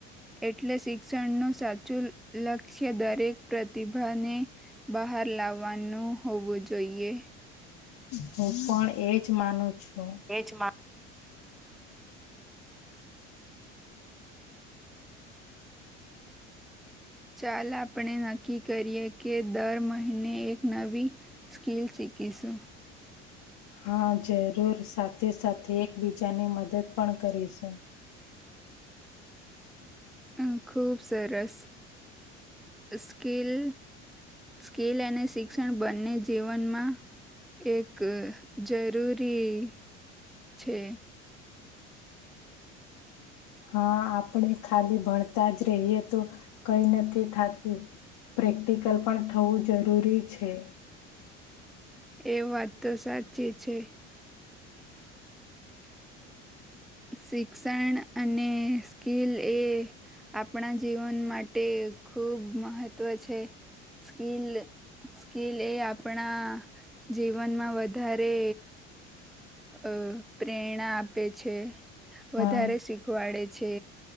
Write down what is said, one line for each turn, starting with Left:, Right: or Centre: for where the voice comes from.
Centre: એટલે શિક્ષણનું સાચું લક્ષ્ય દરેક પ્રતિભાને બહાર લાવવાનું હોવું જોઈએ
Left: હું પણ એજ માનું છું
Centre: એજમાં ચાલ આપણે નક્કી કરીએ કે દર મહિને એક નવી સ્કીલ શીખીસું
Left: હા જરૂર સાથે સાથે એકબીજાને મદદ પણ કરીશું
Centre: અ ખૂબ સરસ સ્કીિલ સ્કીલ અને શિક્ષણ બંને જીવનમાં એક જરૂરી છે
Left: હા આપણે ખાલી ભણતા જ રહીએ તો કઈ નથી થતું પ્રેક્ટિકલ પણ થવું જરૂરી છે
Centre: એ વાત તો સાચી છે શિક્ષણ અને સ્કિલ એ આપણા જીવન માટે ખુબ મહત્વ છે સ્કીિલ સ્કીિલ એ આપણા જીવનમાં વધારે અ પ્રેરણા આપે છે વધારે
Left: હા.
Centre: શીખવાડે છે